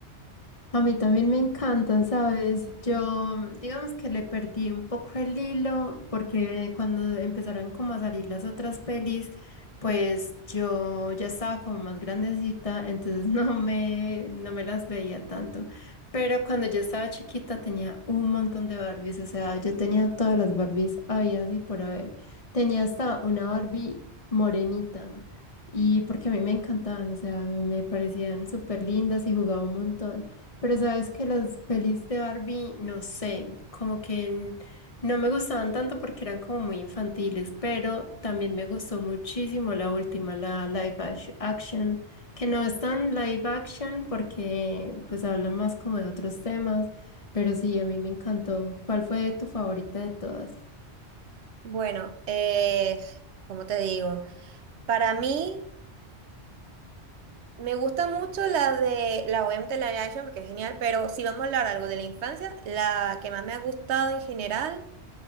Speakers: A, on the left (about 35°); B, on the right (about 80°).
A: A mí también me encanta, ¿sabes? Yo, digamos que le perdí un poco el hilo porque cuando empezaron como a salir las otras pelis, pues yo ya estaba como más grandecita, <laughs> entonces no me, no me las veía tanto. Pero cuando yo estaba chiquita tenía un montón de Barbies, o sea, yo tenía todas las Barbies había y por haber. Tenía hasta una Barbie morenita y porque a mí me encantaban, o sea, me parecían súper lindas y jugaba un montón. Pero sabes que las pelis de Barbie, no sé, como que n- no me gustaban tanto porque eran como muy infantiles, pero también me gustó muchísimo la última, la live ash- action, que no es tan live action porque pues habla más como de otros temas, pero sí, a mí me encantó. ¿Cuál fue tu favorita de todas?
B: Bueno, eh, ¿cómo te digo? Para mí... Me gusta mucho la de la OMT, la de Action, porque es genial, pero si vamos a hablar algo de la infancia, la que más me ha gustado en general